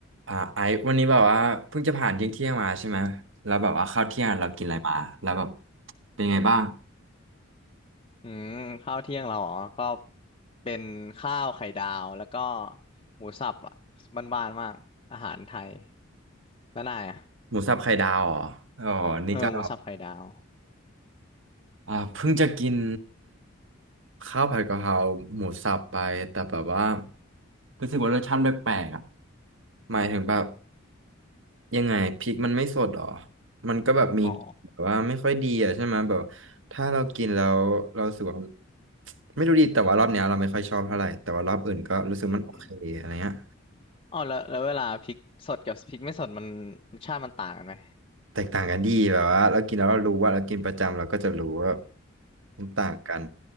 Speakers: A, on the right; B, on the left.
A: อ่าไอซ์วันนี้แบบว่าเพิ่งจะผ่านเที่ยงเที่ยงมาใช่ไหมแล้วแบบว่าข้าวเที่ยงเรากินอะไรมาแล้วแบบเป็นไงบ้าง
B: อืมข้าวเที่ยงเราอ๋อก็เป็นข้าวไข่ดาวแล้วก็หมูสับอ่ะบ้านๆมากอาหารไทยแล้วนายอ่ะ
A: หมูสับไข่ดาวเหรออ๋อนี่ก็
B: เออหมูสับไข่ดาว
A: อ่าเพิ่งจะกินข้าวผัดกะเพราหมูสับไปแต่แบบว่ารู้สึกว่ารสชาติแปลกๆอ่ะหมายถึงแบบยังไงพริกมันไม่สดหรอมันก็แบบมีแบบว่าไม่ค่อยดีอ่ะใช่ไหมแบบ
B: อ๋อ
A: ถ้าเรากินแล้วเรารู้สึกว่าไม่รู้ดีแต่ว่ารอบเนี้ยเราไม่ค่อยชอบเท่าไหร่แต่ว่ารอบอื่นก็รู้สึกมันโอเคอะไรเงี้ย
B: อืมอ๋อแล้วแล้วเวลาพริกสดกับพริกไม่สดมันรสชาติมันต่างกันไหม
A: แตกต่างกันดีแบบว่าเรากินแล้วเรารู้ว่าเรากินประจำเราก็จะรู้ว่ามันต่างกัน